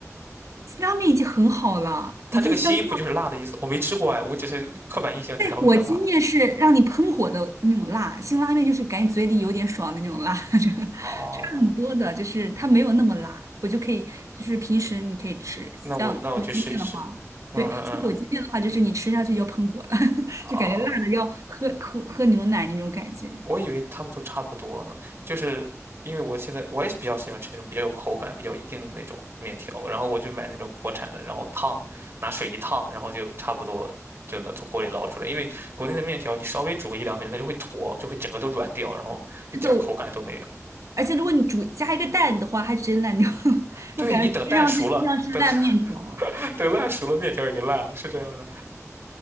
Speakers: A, on the right (about 75°); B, on the right (about 50°).
A: 辛拉面已经很好了，
B: 它这个辛不就是辣的意思？
A: 已经相
B: 我没吃过哎，我只是刻板印象觉得会很辣。
A: 对火鸡面是让你喷火的那种辣，辛拉面就是感觉嘴里有点爽的那种辣，<laughs> 这个差很多的，
B: 哦，
A: 就是它没有那么辣，我就可以，就是平时你可以吃，像火鸡面的话，
B: 那我那我去试一试。嗯嗯嗯嗯。
A: 对，像火鸡面的话，就是你吃下去就喷火了，<laughs>
B: 哦，
A: 就感觉辣的要喝喝喝牛奶那种感觉。
B: 我以为他们都差不多呢，就是因为我现在我也比较喜欢吃那种比较有口感、比较硬的那种面条，然后我就买那种国产的，然后烫，拿水一烫，然后就差不多就能从锅里捞出来。因为国内的面条你稍微煮个一两分钟，它就会坨，就会整个都软掉，然后一点儿口感都没有。
A: 是的，而且如果你煮加一个蛋的话，还直接烂掉了，<laughs>
B: 对，
A: 就感觉吃上去就像是烂面条。
B: 你等蛋熟了，等 <laughs> 等烂熟了，面条已经烂了，是这样的。